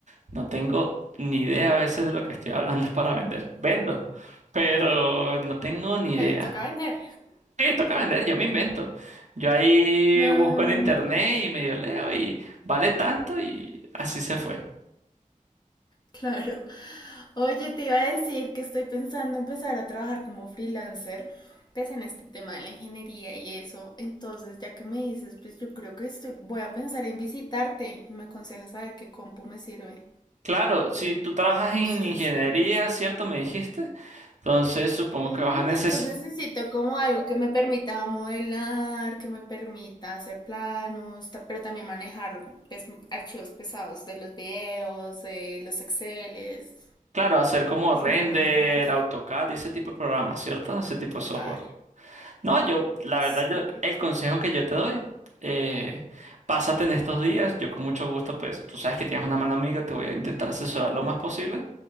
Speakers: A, on the right (about 60°); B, on the left (about 30°).
A: no tengo ni idea a veces de lo que estoy hablando <laughs> para vender. Vendo, pero no tengo ni
B: pero
A: idea.
B: toca vender.
A: Sí, toca vender, yo me invento. Yo ahí
B: Mm,
A: busco en internet y medio leo y vale tanto y así se fue.
B: claro. Oye, te iba a decir que estoy pensando empezar a trabajar como freelancer, Pues en este tema de la ingeniería y eso, entonces ya que me dices, pues yo creo que estoy, voy a pensar en visitarte. ¿Me aconsejas saber qué compu me sirve?
A: Claro, si tú trabajas en
B: No sé
A: ingeniería,
B: si te parece.
A: ¿cierto? Me dijiste. Entonces supongo
B: Ujú,
A: que vas a necesitar,
B: Entonces necesito como algo que me permita modelar, que me permita hacer planos, ta- pero también manejar pues, archivos pesados de los videos, de los Exceles,
A: claro, hacer como
B: si
A: render,
B: me hago entender.
A: AutoCAD y ese tipo de programas, ¿cierto? Ese tipo
B: Total.
A: de software. No, yo, la
B: Sí.
A: verdad, yo, el consejo que yo te doy, eh, pásate en estos días, yo con mucho gusto, pues, tú sabes que tienes una mano amiga, te voy a intentar asesorar lo más posible